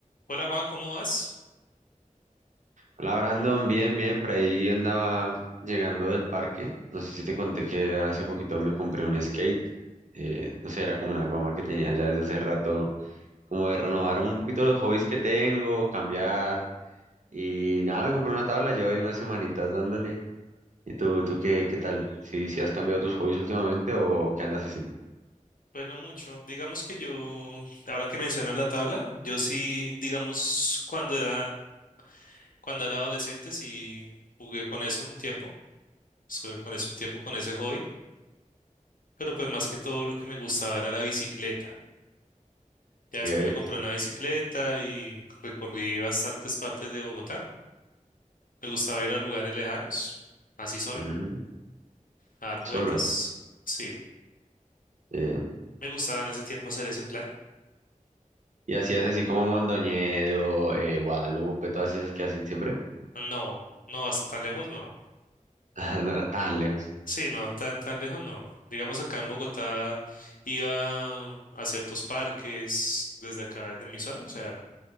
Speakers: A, on the left; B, on the right.
A: Hola Juan, ¿cómo vas?
B: Hola Brandon, bien, bien, por ahí andaba llegando del parque. No sé si te conté que hace poquito me compré un skate. eh, no sé, era como una goma que tenía ya desde hace rato, como de renovar un poquito los hobbies que tengo, cambiar. Y nada, me compré una tabla, llevo ahí unas semanitas dándole. ¿Y tú, tú qué, qué tal? Si, si has cambiado tus hobbies últimamente o qué andas haciendo?
A: Bueno, mucho. Digamos que yo, ahora que mencionas la tabla, yo sí, digamos, cuando era, cuando era adolescente sí jugué con eso un tiempo, estuve con eso un tiempo con ese hobby, pero pues más que todo lo que me gustaba era la bicicleta. Ya después
B: Ok,
A: me compré una bicicleta y recorrí bastantes partes de Bogotá. Me gustaba ir a lugares lejanos, así solo,
B: ujú,
A: a dar
B: Solo.
A: vueltas. Sí,
B: eh,
A: me gustaba en ese tiempo hacer ese plan.
B: Y hacías así como Mondoñedo, eh, Guadalupe, todas esas que hacen siempre.
A: No, no hasta tan lejos, no.
B: <laughs> No era tan lejos.
A: Sí, no, tan, tan lejos no. Digamos acá en Bogotá iba a ciertos parques desde acá, desde mi zona, o sea,